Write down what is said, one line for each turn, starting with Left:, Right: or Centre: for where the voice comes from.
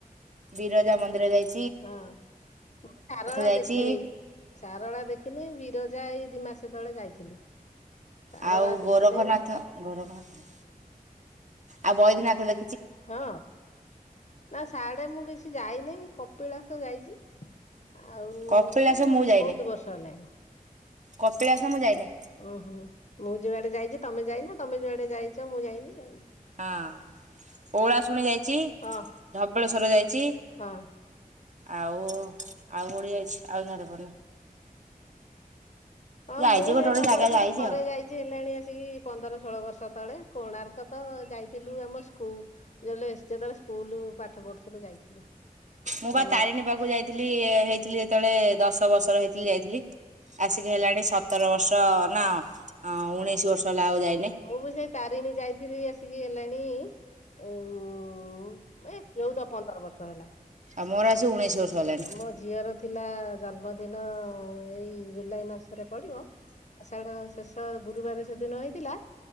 Right: ବିରଜା ମନ୍ଦିର ଯାଇ
Left: ହଁ ମୁଁ ସାରଳା
Right: ଯାଇଛି
Left: ଦେଖିନେଇ। ସାରଳା ଦେଖିନି ବିରଜା ଏଇ ଦି ମାସ ତଳେ ଯାଇଥିଲି। ସାରଳା
Right: ଆଉ
Left: ଦେଖିନାଇ
Right: ଗୋରଖନାଥ ଗୋରଖନାଥ ଆଉ ବୈଦ୍ୟିନାଥ ଦେ
Left: ହଁ ନା ସାଆଡେ଼ ମୁଁ ବେଶୀ ଯାଇନି କପିଳାସ ଯାଇଚି। ଆଉ
Right: କପିଳାସ
Left: ଏ
Right: ମୁଁ ଯାଇନି
Left: ବହୁତ ବର୍ଷ ହେଲାଣି।
Right: କପିଳାସ ମୁଁ ଯାଇନି।
Left: ଓହୋ ମୁଁ ଯୁଆଡେ ଯାଇଚି ତମେ ଯାଇନା ତମେ ଯୁଆଡେ ଯାଇଚ ମୁଁ ଯାଇନି ଆଉ।
Right: ହଁ ଓଳା ଶୁଣି ଯାଇଚି
Left: ହଁ
Right: ଧବଳେଶ୍ୱର ଯାଇଚି।
Left: ହଁ
Right: ଆଉ ଆଉ ଓଳି ଆଇଛି ଆଉ ଝରପରେ।
Left: ହଁ
Right: ଯାଇଛି
Left: ମୁଁ
Right: ଗୋଟେ
Left: ସେ
Right: ଗୋଟେ
Left: ଧବଳେଶ୍ଵର
Right: ଜାଗା ଯାଇଛି
Left: ଥରେ
Right: ଆଉ
Left: ଯାଇଚି ହେଲାଣି ଆସିକି ପନ୍ଦର ଷୋହଳ ବର୍ଷ ତଳେ କୋଣାର୍କ ତ ଯାଇଥିଲୁ ଆମ ସ୍କୁ ଯେଲେ ଯେତେବେଳେ ସ୍କୁଲ ପାଠ ପଢୁଥିଲୁ ଯାଇଥିଲୁ।
Right: ମୁଁ ବା
Left: ଓ
Right: ତାରିଣୀ ପାଖକୁ ଯାଇଥିଲି ହେଇଥିଲି ଯେତେବେଳେ ଦଶ ବର୍ଷର ହେଇଥିଲି ଯାଇଥିଲି ଆସି। ହେଲାଣି ସତର ବର୍ଷ-ଅ-ଅ ନା ଆ-ଆ ଉଣେଇଶି ବର୍ଷ ହେଲା ଆଉ ଯାଇନି।
Left: ମୁଁ ବି ସେଇ ତାରିଣୀ ଯାଇଥିଲି ଆସିକି ହେଲାଣି-ଇ-ଇ ଉ-ଉ-ଉ ଏ ଚଉନ୍ଦ ପନ୍ଦର ବର୍ଷ ହେଲା।
Right: ଆମ ଘର ଆସିକି ଉଣେଇସି ବର୍ଷ। ହେଲାଣି।
Left: ମୋ ଝିଅର ଥିଲା-ଆ-ଆ ଜନ୍ମଦିନ-ଅ-ଅ-ଅ ଏଇ ଜୁଲାଇ ମାସରେ ପଡିବ ଆଷାଢ ଶେଷ ଗୁରୁବାର ସେଦିନ ହେଇଥିଲା